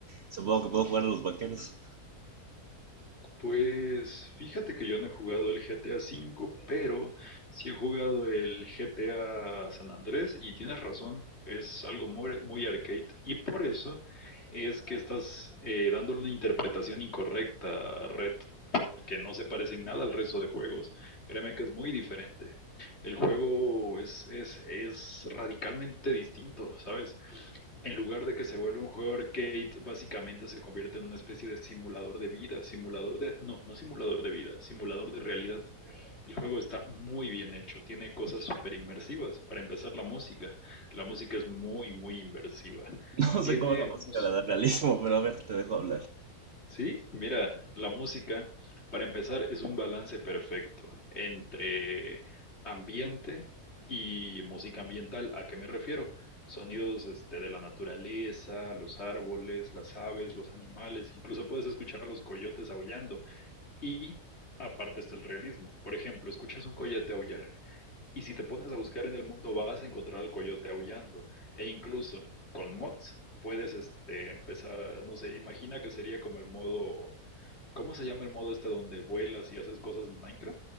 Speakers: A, on the right; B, on the left.
A: supongo que puedo jugar a los vaqueros.
B: Pues fíjate que yo no he jugado el GTA V, pero sí he jugado el GTA San Andrés y tienes razón, es algo muy, muy arcade y por eso es que estás eh, dándole una interpretación incorrecta a Red, porque no se parecen nada al resto de juegos. Créeme que es muy diferente. El juego es, es, es radicalmente distinto, ¿sabes? en lugar de que se vuelva un juego arcade, básicamente se convierte en una especie de simulador de vida, simulador de, no, no simulador de vida, simulador de realidad. El juego está muy bien hecho, tiene cosas súper inmersivas. Para empezar, la música. La música es muy, muy inmersiva.
A: <laughs> No
B: Tiene
A: sé cómo la música
B: unos,
A: le da realismo, pero a ver, te dejo hablar.
B: Sí, mira, la música, para empezar, es un balance perfecto entre ambiente y música ambiental. ¿A qué me refiero? Sonidos, este, de la naturaleza, los árboles, las aves, los animales, incluso puedes escuchar a los coyotes aullando. Y aparte está el realismo. Por ejemplo, escuchas un coyote aullar y si te pones a buscar en el mundo vas a encontrar al coyote aullando. E incluso con mods puedes este, empezar, no sé, imagina que sería como el modo ¿Cómo se llama el modo este donde vuelas y haces cosas en Minecraft?